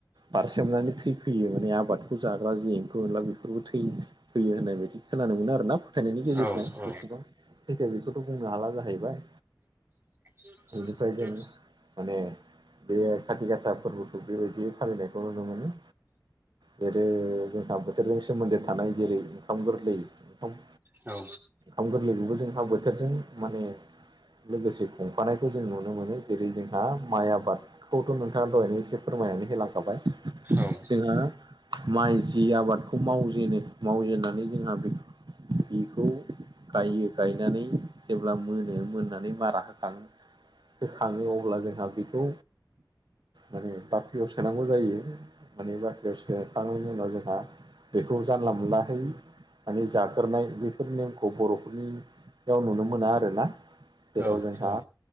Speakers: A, on the right; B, on the right.
A: बारसेोमनानै थैफैयो माने आबादखौ जाग्रा जेख एनला बेफोरबो थैयो फैयो होननाय बायदि खोनानो मोनो आर ना फोथायनायनि गेजेरजों
B: औ औ
A: एसेबां थैखाया बेखौथ' बुंनो हाला जाहैबाय
B: ए
A: बेनिफ्राय जों
B: ए
A: माने बे खाथि गासा फोरबोखौ बेबायदि फालिनायखौ नुनो मोनो जेरै जोंहा बोथोरजों सोमोन्दो थानाय जेरै ओंखाम गोरलै ओंखाम
B: औ
A: ाम गोरलै गुबैजों हा बोथोरजों माने लोगोसे खुंफानायखौ जों नुनो मोनो जेरै जोंहा माइ आबाद खौथ' नोंथाङा दहायनो एसे फोरमायनानै होलांखाबाय
B: औ
A: जोंहा माइ जि आबादखौ मावजेनो मावजेननानै जोंहा बेखौ बेखौ गायो गायनानै जेब्ला मोनो मोननानै मारा होखां होखाङो अब्ला जोंहा बेखौ माने बाख्रियाव सोनांगौ जायो माने बाख्रियाव सोखांनायनि उनाव जोंहा बेखौ जानला मोनला होयो माने जाग्रोनाय बेफोर नेमखौ बर'फोरनियाव नुनो मोना आरोना जेराव
B: औ
A: जोंहा
B: औ